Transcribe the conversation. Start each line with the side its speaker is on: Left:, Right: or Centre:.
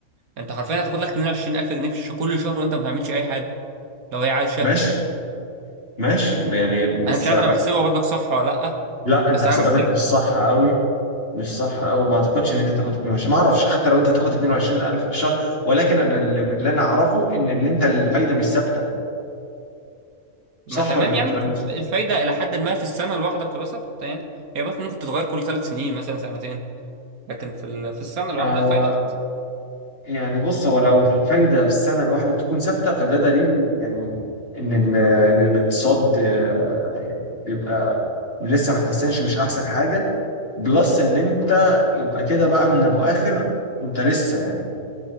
Right: انت حرفيا هتاخد لك 22000 جنيه في الش- كل شهر وانت ما بتعملش اي حاجه لو هي عائد شهري
Left: ماشي
Right: يعني
Left: ماشي يعني بس
Right: انا مش عارف انا بحسبها برضك صح ولا لا
Left: لا
Right: بس
Left: انت حساباتك
Right: انا بحسبها
Left: مش صح قوي مش صح قوي ما اعتقدش ان انت تاخد 22 ما اعرفش حتى لو انت هتاخد 22000 في الشهر ولكن انا اللي, اللي انا اعرفه ان اللي انت الفايده مش ثابته صح
Right: ما تمام
Left: ولا الكلام
Right: يا عم الفايدة إلى حد ما في السنة الواحدة بتبقى ثابتة يعني هي بس ممكن تتغير كل ثلاث سنين مثلا سنتين لكن في ال- في السنة
Left: ده
Right: الواحدة
Left: هو
Right: الفايدة بتبقى ثابتة.
Left: يعني بص هو لو الفايدة في السنة الواحدة بتكون ثابتة فده دليل يعني إن ال- إن الاقتصاد آه، بيبقى لسه ما اتحسنش مش أحسن حاجة بلس إن أنت يبقى كده بقى من أبو آخر أنت لسه يعني